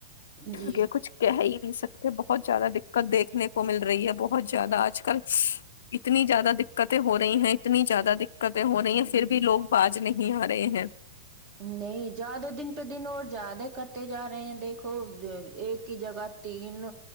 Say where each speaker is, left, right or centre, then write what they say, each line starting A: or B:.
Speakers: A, on the right; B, on the left.
A: جی
B: کیا کچھ کہہ ہی نہیں سکتے بہت زیادہ دقت دیکنے کو مل رہی ہے بہت زیادہ آج کل اتنی زیادہ دقتیں ہو رہی ہیں اتنی زیادہ دقتیں ہو رہی ہیں پھر بھی لوگ باز نہیں آ رہے ہیں
A: نہیں زیادہ دن پہ دن اور زیادہ کرتے جا رہے ہیں دیکھو ایک کی جگہ تین